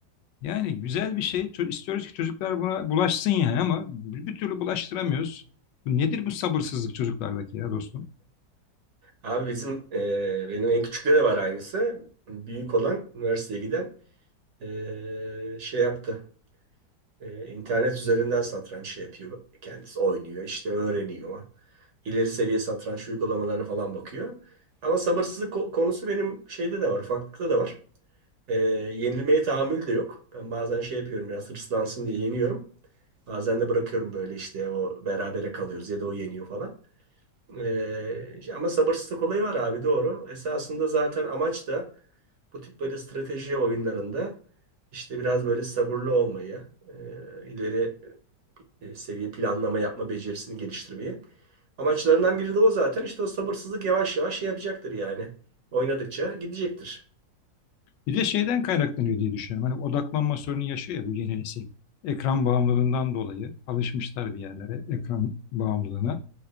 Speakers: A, on the left (about 90°); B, on the right (about 55°).
A: Yani güzel bir şey. Ço- istiyoruz ki çocuklar buna bulaşsın yani ama bir bir türlü bulaştıramıyoruz. Bu Nedir bu sabırsızlık çocuklardaki ya dostum?
B: Abi bizim e, benim en küçükte de var aynısı. Büyük olan üniversiteye giden e, şey yaptı. E, internet üzerinden satranç şey yapıyor kendisi. Oynuyor işte öğreniyor. İleri seviye satranç uygulamalarına falan bakıyor. Ama sabırsızlık ko- konusu benim şeyde de var. Ufaklıkta da var. E, yenilmeye tahammül de yok. Ben bazen şey yapıyorum biraz hırslansın diye yeniyorum. Bazen de bırakıyorum böyle işte o berabere kalıyoruz ya da o yeniyor falan. Ee, ama sabırsızlık olayı var abi doğru. Esasında zaten amaç da bu tip böyle strateji oyunlarında işte biraz böyle sabırlı olmayı, e, ileri e, seviye planlama yapma becerisini geliştirmeyi. Amaçlarından biri de o zaten. İşte o sabırsızlık yavaş yavaş şey yapacaktır yani. Oynadıkça gidecektir.
A: Bir de şeyden kaynaklanıyor diye düşünüyorum. Hani odaklanma sorunu yaşıyor ya bu yeni nesil. Ekran bağımlılığından dolayı alışmışlar bir yerlere, ekran bağımlılığına.